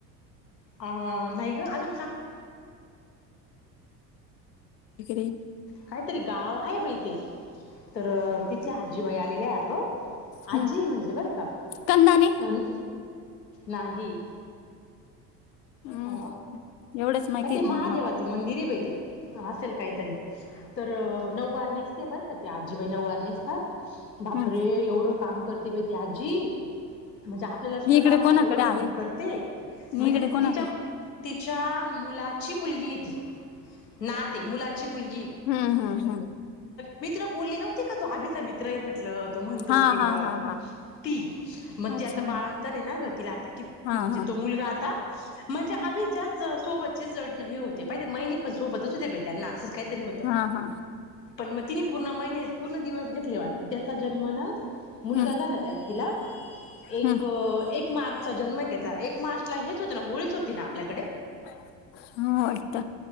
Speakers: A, on the left (about 80°); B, on the left (about 45°).
A: अ नाही ग अजून सांग -
B: इकडं ये -
A: काहीतरी गाव आहे बाई ते - तर तिथल्या आजीबाई आलेल्या अगं
B: हम्म
A: आजी म्हणजे बर का!
B: कंदाने
A: अन नाही.
B: हम्म
A: अ
B: एवढेच माहितीत
A: का ते महादेवाचं
B: मग मला
A: मंदिर आहे बाई ते हसेल काहीतरी - तर नऊवार नेसते बरं का ते आजीबाई नऊवार नेसतात. बापरे
B: हम्म
A: एवढं काम करते बाई ती आजी - म्हणजे आपल्याला सुद्धा
B: मी इकडे
A: लाजेल
B: कोणाकडे
A: एवढं
B: आले
A: काम करते
B: मी
A: म्हणजे
B: इकडे कोणाकडे
A: तिच्या - <inaudible> तिच्या मुलाची मुलगी य ती नाते मुलाची मुलगी
B: <inaudible> हम्म हम्म हम्म
A: <inaudible> मित्र बोलले नव्हती का तो आभीचा मित्रही म्हटल <inaudible> म्हणतो
B: हा
A: क
B: हा हा हा
A: त
B: अच्छा
A: आ बा तलाण
B: हा हा
A: <inaudible> तो मुलगा आता <inaudible> म्हणजे अभीच्याच सोबतची जड नाही होते पाहिे महिने पण सोबतच त्यांना असच का <inaudible> होत
B: हा हा
A: पण मतीनी पूर्ण महिनेत <inaudible> पुूर्ण दिवस घेतले वाटत त्याचा जन्म ना मुलगा
B: हम्म
A: झाला त्या तिला <inaudible> एक
B: हम्म
A: एक मार्चचा जन्म आहे त्याचा एक मार्चला हेच होत ना होळीच होती ना आपल्याकडे
B: <inaudible> हा वाटत